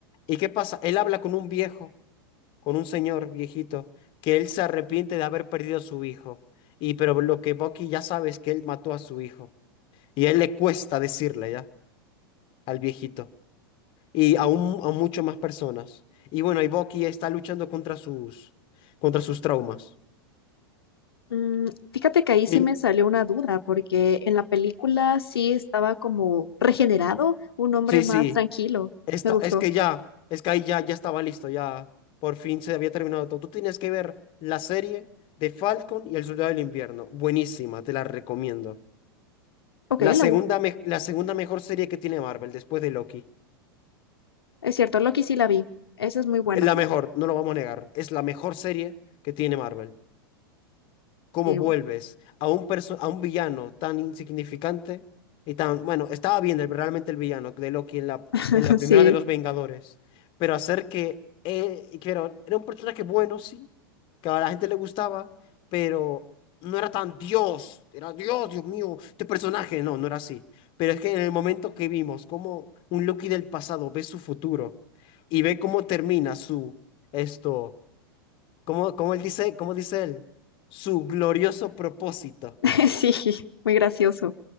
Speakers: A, on the left; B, on the left.
A: ¿Y qué pasa? Él habla con un viejo, con un señor viejito, que él se arrepiente de haber perdido a su hijo. Y pero lo que Bucky ya sabe es que él mató a su hijo. Y a él le cuesta decirle ya al viejito y aún a mucho más personas. Y bueno, y Bucky está luchando contra sus contra sus traumas.
B: Mm, fíjate que ahí
A: Y
B: sí me salió una duda, porque en la película sí estaba como regenerado, un hombre
A: sí,
B: más
A: sí,
B: tranquilo.
A: esta,
B: Me gustó.
A: es que ya, es que ahí ya ya estaba listo, ya por fin se había terminado todo. Tú tienes que ver la serie de Falcon y el Soldado del Invierno. Buenísima, te la recomiendo.
B: Ok,
A: La segunda
B: la, bu-
A: me- la segunda mejor serie que tiene Marvel después de Loki.
B: es cierto, Loki sí la vi. Esa es muy buena.
A: La mejor, no lo vamos a negar, es la mejor serie que tiene Marvel. cómo
B: Sí,
A: vuelves a un, perso- a un villano tan insignificante y tan, bueno, estaba bien el- realmente el villano de Loki en la,
B: <laughs>
A: en la primera
B: sí.
A: de los Vengadores, pero hacer que, eh, y claro, era un personaje bueno, sí, que a la gente le gustaba, pero no era tan Dios, era Dios, Dios mío, este personaje, no, no era así. Pero es que en el momento que vimos cómo un Loki del pasado ve su futuro y ve cómo termina su, esto. ¿Cómo, cómo él dice, cómo dice él? Su glorioso propósito.
B: <laughs> Sí, muy gracioso.